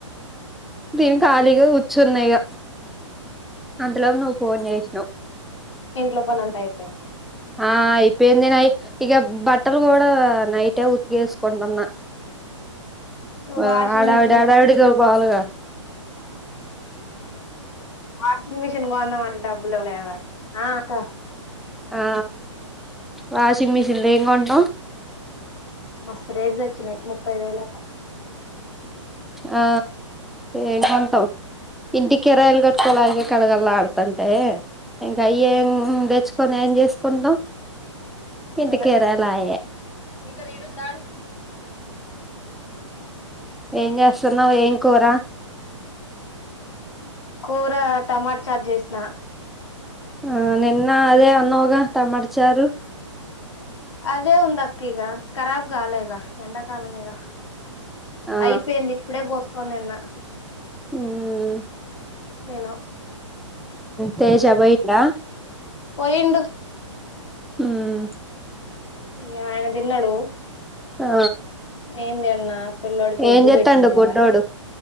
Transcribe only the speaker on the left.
ఇంట్ లో పనంతాయి
వాషింగ్
మిషిన్
వాషింగ్ మిషన్ కొందమంటే అంటే డబ్బులు లేవా ఆ అక్క
మస్త్ రేట్ సచ్చినాయ్ ముప్పై వేల దాకా
ఇంగ
అదే
ఇక్క నీడుందా
కూర టమాట చారు చేసిన
అదే ఉందక్క ఇగ కరాబ్ కాల ఇక ఎండాకాలం కదా
అయిపోయింది ఇప్పుడే పోసుకోని తిన్న
నేనూ
పోయిండు
ఇ ఆయన తిన్నడు
నేన్ తిన్నా పిల్లోడికి ఉగ్గు
పెట్టిన ఇయ్యాల